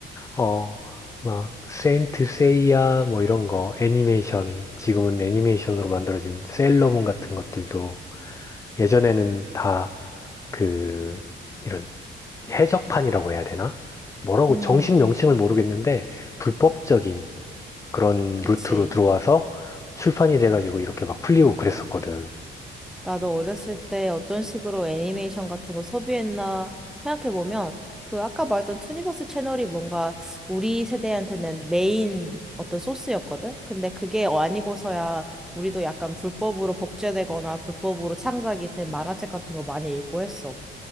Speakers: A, on the left; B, in the centre.
A: 어, 막, 세인트 세이야, 뭐 이런 거, 애니메이션, 지금은 애니메이션으로 만들어진 셀러문 같은 것들도 예전에는 다 그, 이런 해적판이라고 해야 되나? 뭐라고
B: 음,
A: 정식 명칭을 모르겠는데, 불법적인, 그런
B: 그치.
A: 루트로 들어와서 출판이 돼가지고 이렇게 막 풀리고 그랬었거든.
B: 나도 어렸을 때 어떤 식으로 애니메이션 같은 거 소비했나 생각해보면, 그 아까 말했던 투니버스 채널이 뭔가 우리 세대한테는 메인 어떤 소스였거든? 근데 그게 아니고서야 우리도 약간 불법으로 복제되거나 불법으로 창작이 된 만화책 같은 거 많이 읽고 했어.